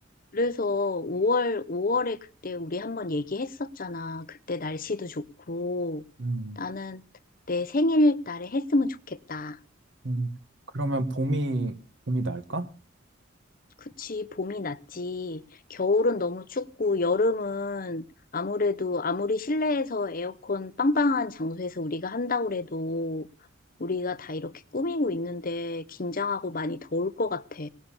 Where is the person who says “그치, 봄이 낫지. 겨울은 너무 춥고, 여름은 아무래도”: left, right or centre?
Left